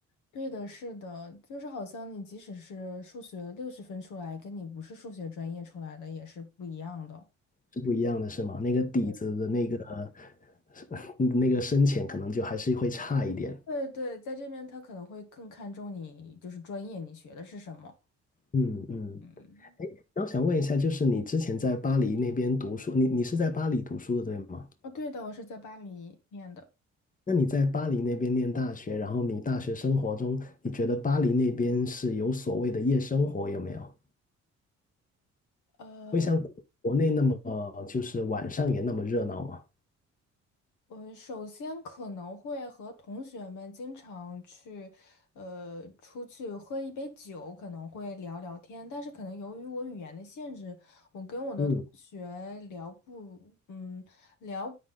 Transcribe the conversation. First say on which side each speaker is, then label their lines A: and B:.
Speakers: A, on the left; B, on the left.
A: 对的，是的，就是好像你即使是数学六十分出来，跟你不是数学专业出来的也是不一样的。
B: 是不一样的，是吗？那个底子的那个
A: 对
B: <laughs> 那个深浅，可能就还是会差一点。
A: 对对，在这边他可能会更看重你就是专业，你学的是什么。
B: 嗯嗯，
A: 嗯，
B: 哎，那我想问一下，就是你之前在巴黎那边读书，你你是在巴黎读书的，对吗？
A: 哦，对的，我是在巴黎念的。
B: 那你在巴黎那边念大学，然后你大学生活中，你觉得巴黎那边是有所谓的夜生活有没有？
A: 呃。
B: 会像国内那么，呃就是晚上也那么热闹吗？
A: 我首先可能会和同学们经常去，呃，出去喝一杯酒，可能会聊聊天。但是可能由于我语言的限制，我跟我的同学聊不，
B: 嗯
A: 嗯，聊